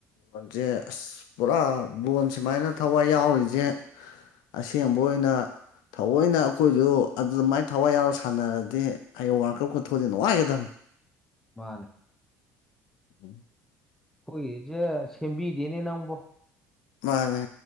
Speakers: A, on the left; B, in the centre.
A: ꯂꯣꯟꯁꯦ ꯑꯁ ꯄꯨꯔꯥ ꯂꯕꯣꯟ ꯁꯨꯃꯥꯏꯅ ꯊꯋꯥꯏ ꯌꯥꯎꯔꯤꯁꯦ ꯑꯁꯦꯡꯕ ꯑꯣꯏꯅ ꯊꯑꯣꯏꯅ ꯑꯩꯈꯣꯏꯁꯨ ꯑꯗꯨꯃꯥꯏ ꯊꯋꯥꯏ ꯌꯥꯎꯔ ꯁꯥꯟꯅꯔꯗꯤ ꯑꯩꯌꯦꯡ ꯋꯥꯔꯀꯔ ꯀꯣꯊꯣꯗꯤ ꯅꯨꯡꯉꯥꯏꯒꯗꯕꯅꯤ
B: ꯃꯥꯅꯦ
A: ꯎꯝ
B: ꯑꯩꯣꯏꯖꯦ ꯁꯦꯝꯕꯤꯗꯦꯅꯦ ꯅꯎꯕꯣ
A: ꯃꯥꯅꯦ